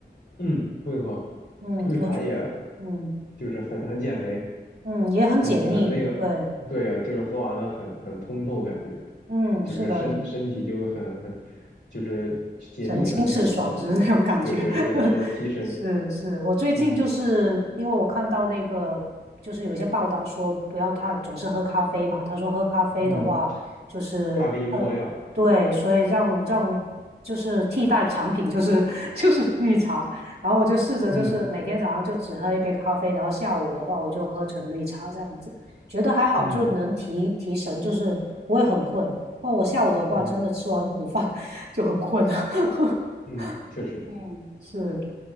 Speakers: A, on the left; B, on the right.
A: 嗯，会喝绿茶也
B: 嗯，我觉嗯
A: 就是很很减肥。
B: 嗯也很解腻，
A: 很很那个，
B: 对。
A: 对啊，就是喝完了很很通透，感觉
B: 嗯，
A: 就是身身体就很很就是解腻嘛，
B: 是的，神清气爽就是那种感觉。
A: 就像你说的，提对对对，
B: <laughs>
A: 是的提神，
B: 是是，我最近就是因为我看到那个，
A: 嗯
B: 就是有一些报道说不要他总是喝咖啡嘛，他说喝咖啡的话就是呃
A: 嗯，咖啡因过量，
B: 对，所以让让就是替代产品就是 <laughs> 就是绿茶，然后我就试着就是每天早上就只喝一杯咖啡，
A: 嗯
B: 然后下午的话我就喝成绿茶这样子，觉得还好，
A: 嗯
B: 就能提提神，就是不会很困。不然我下午的话真的吃完午饭。
A: 嗯
B: 就很困啊。<laughs>
A: 嗯，确实，
B: 嗯是